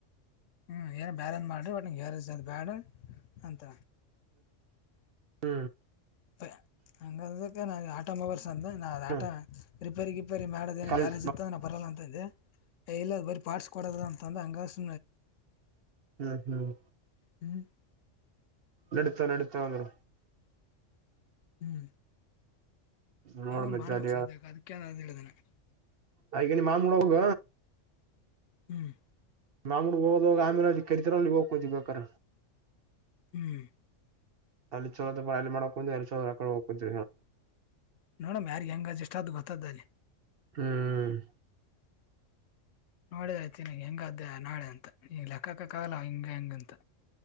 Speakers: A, on the left; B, on the right.
A: ಹ ಏನು ಬ್ಯಾಲೆನ್ಸ್ ಮಾಡಿ ಒಟ್ಂ ಹೇರ್ಜ ಅದು ಬ್ಯಾಡ ಅಂತ
B: ಹ್ಮ್
A: ಅ ಹಂಗ ಅಕ್ಕೆ ನಾನು ಆಟೋ ಮೊಬೈಲ್ಸ್ ಅಂದ ನಾನ ಅದು ಆಟೋ
B: ಹ್ಮ್
A: ರಿಪೇರಿ ಗಿಪೇರಿ ಮಾಡೋದೇನು
B: ಹ್ಮ್
A: ಗ್ಯಾರೇ್ ಇತ್ತು ಅ ನ ಬರಲ್ಲ ಅಂತಂದೆ ಇಲ್ಲ ಬರ ಪಾರ್ಟ್ಸ್ ಕೊಡದ ಅಂತಂದ್ರೆ ಹಂಗಸ
B: ಹ್ಮ್ ಹ್ಮ್
A: ಹ್ಮ್
B: ನಡತಾ ನಡತಾ ಅಂದ್ರ
A: ಹ್ಮ್
B: ನೋಡ್
A: ಯಾವ
B: ಮತ್
A: ಮಾಡ್ಬೇಕಕ್
B: ಅದ
A: ಸಾಧ್ಯ ಅದಕ್ಕೆೇನ <unintelligible>
B: ಆಯಕ ನೀ ಮಾಮಡ ಹೋಗ
A: ಹ್ಮ್
B: ಮಾಂಗೂ ಹೋಗೋದೋಗ ಆಮೇಲೆ ಅಲ್ಲಿ ಕರ್ತಿಲ್ಲಿ ಹೋಗ್ಕೋತಿ ಬೇಕ್ರ
A: ಹ್ಮ್
B: ಅಲ್ಲಿ ಚಲೋದ ಪರ ಅಲ್ಲಿ ಮಾಡಕ ಅಲ್ಲಿ ಚೋಕಡೆ ಹೋಗಕತ್
A: ನೋಡಮ್ ಯಾರ್ಗ್ ಹೆಂಗ ಅ್ಷ್ಟ ಅದು ಗೊತ್ತ್ದ ಅಲ್ಲಿ
B: ಹ್ಮ್
A: ನೋಡಐತನಿ ಹೆಂಗ ಅಧ್ಯ ನಾಡೆ ಅಂತ ಈ ಲೆಕ್ಕಾಕಕ್ಕಾಗಲ್ಲ ಹಿಂಗ ಹೆಂಗ ಅಂತ